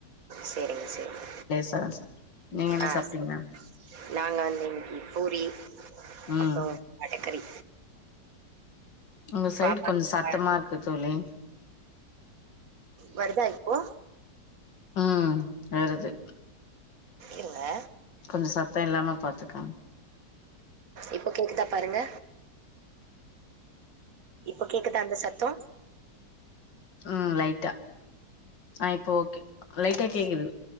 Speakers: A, on the right; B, on the left.
A: சேரிங்க சேரிங்க
B: சாதோ சாப்ட்டே நீங்க என்ன
A: ஆ
B: சாப்ட்டீங்க
A: சேரி நாங்க வந்து இன்னைக்கு பூரி
B: ம்
A: அப்றோ எக்கறி
B: உங்க சைடு
A: பாப்பா
B: கொஞ்சோ சத்தமா இரு க்கு தோழி
A: வருதா இப்போ
B: உம் வருது
A: இல்ல
B: கொஞ்சோ சத்தோ இல்லாம பாத்துக் ஆ
A: இப்போ கேக்குதா பாருங்க இப்போ கேக்குதா அந்த சத்தோ
B: உம் லைட்டா ஆ இப்ப ஓகே லைட்டா கேக்குது